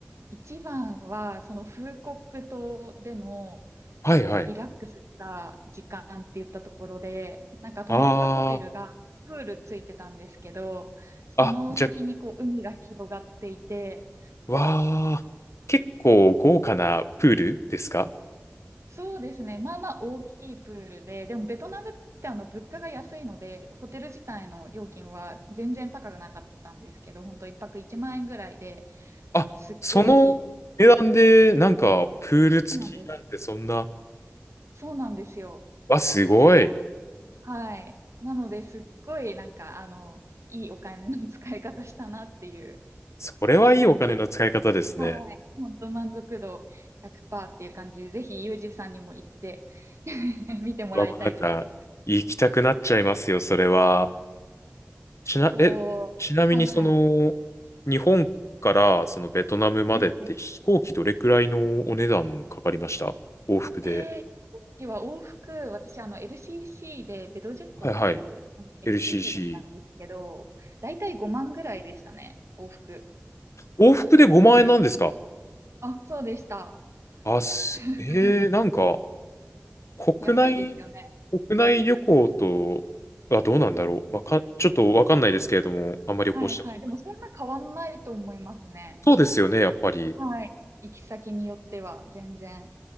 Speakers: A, on the right (about 80°); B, on the left (about 80°).
A: 一番は、そのフーコック島での、こう、
B: はいはい。
A: リラックスした時間って言ったところで、なんか泊まったホテルがプールついてたんですけど、
B: あ
A: その先にこう、
B: あ。あ、じゃあ
A: 海が広がっていて、
B: わあ、結構豪華なプールですか
A: そうですね。まあまあ大きいプールで、でもベトナムってあの物価が安いので、ホテル自体の料金は全然高くなかったんですけど、本当1泊1万円ぐらいで
B: あ、
A: すっごいいい。
B: その値段でなんかプール付きなんてそんな、
A: そうなんです。そうなんですよ。
B: わ、すごい。
A: はい。なのですっごいなんかあの、いいお金の使い方したなっていう
B: それはいいお金の使い方ですね。
A: 感じ。はい。本当満足度100%っていう感じで、ぜひユージさんにも行って <laughs> 見てもらいたいぐらいです。
B: わ、もうなんか行きたくなっちゃいますよ、それは。ちな、
A: こう、
B: え、ちなみにその、
A: はいはい。はい
B: 日本からそのベトナムまでって飛行機どれくらいのお値段かかりました往復で。
A: はいえー、今期は往復、私、あの、LCC で、ベドジェットっていう、
B: はいはい。
A: あの LCC
B: LCC。
A: で行ったんですけど、だいたい5万ぐらいでしたね、往復。
B: 往復で5万円なんですか
A: あ、そうでした。
B: あ、す、
A: <laughs>
B: えー、なんか、国内、
A: 安いですよね。
B: 国内旅行とはどうなんだろう。
A: うん
B: わかん、ちょっとわかんないですけれども、あんまり旅行したことないんで。
A: はいはい。でも、そんな変わんないと思いますね。
B: そうですよね、やっぱり。
A: はい。行き先によっては、全然。